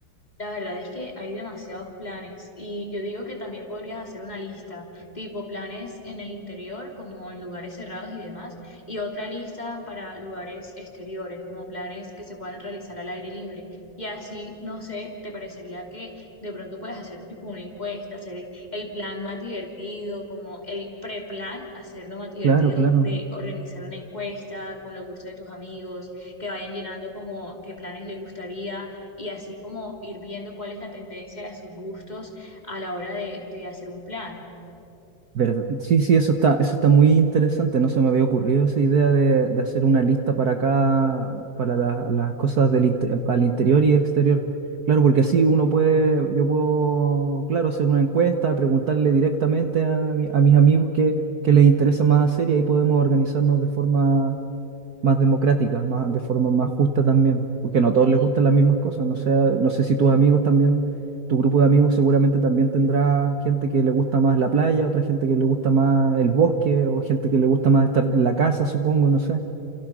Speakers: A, on the left (about 20°); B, on the right (about 55°).
A: La verdad es que hay demasiados planes y yo digo que también podrías hacer una lista, tipo planes en el interior como en lugares cerrados y demás, y otra lista para lugares exteriores, como planes que se puedan realizar al aire libre. Y así, no sé, te parecería que de pronto puedes hacer tipo una encuesta, hacer el plan más divertido, como el preplan, hacerlo más divertido
B: claro, claro.
A: de organizar una encuesta con los gustos de tus amigos, que vayan llenando como qué planes les gustaría y así como ir viendo cuál es la tendencia de sus gustos a la hora de, de hacer un plan.
B: Verd- Sí, sí, eso está, eso está muy interesante. No se me había ocurrido esa idea de, de hacer una lista para acá, para las, las cosas del, inte- al interior y exterior. Claro, porque así uno puede, yo puedo, claro, hacer una encuesta, preguntarle directamente a, mi- a mis amigos qué, qué les interesa más hacer y ahí podemos organizarnos de forma más democrática, más, de forma más justa también, porque no a todos les
A: Sí.
B: gustan las mismas cosas. No sé, no sé si tus amigos también, tu grupo de amigos seguramente también tendrá gente que le gusta más la playa, otra gente que le gusta más el bosque, o gente que le gusta más estar en la casa, supongo, no sé.